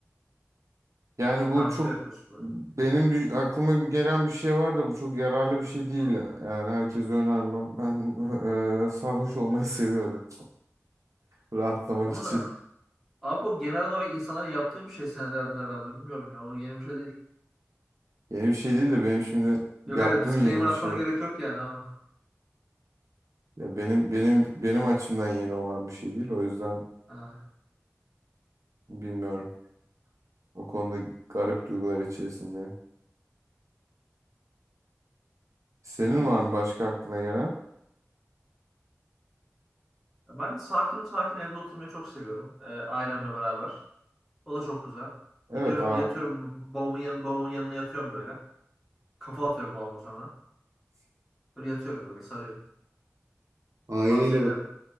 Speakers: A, on the right; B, in the centre.
A: Yani
B: O
A: bu
B: tarz
A: çok
B: bir şey yapıyorsun böyle.
A: benim düş- aklıma gelen bir şey var da bu çok yararlı bir şey değil. Yani herkese önermem. Ben <laughs> eee, sarhoş olmayı seviyorum <laughs> rahatlamak
B: Onu
A: için.
B: da <laughs> abi o genel olarak insanların yaptığı bir şey senelerdir herhalde. Bilmiyorum ya. O yeni bir şey değil.
A: Yeni bir şey değil de benim şimdi yaptığım
B: Yok hayır disclaimer
A: yeni bir
B: atmana
A: şey.
B: gerek yok yani abi.
A: Ya benim benim benim açımdan yeni olan bir şey değil. O yüzden
B: Ha.
A: bilmiyorum. O konuda garip duygular içerisindeyim. Senin var mı başka aklına gelen?
B: Ben sakin sakin evde oturmayı çok seviyorum. Ee, ailemle beraber. O da çok güzel.
A: Evet,
B: Gidiyorum
A: a
B: yatıyorum babamın, yan, babamın yanına yatıyorum böyle. Kafa atıyorum babama sonra. Böyle yatıyorum böyle sarıyor.
A: Aileyle
B: Tavsiye ederim.
A: va-